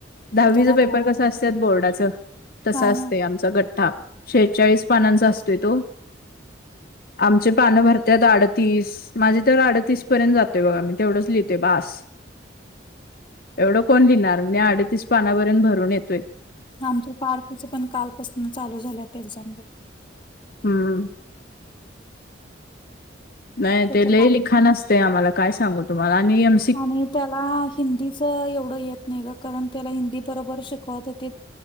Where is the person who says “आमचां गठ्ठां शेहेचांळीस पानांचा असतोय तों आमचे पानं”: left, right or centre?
Left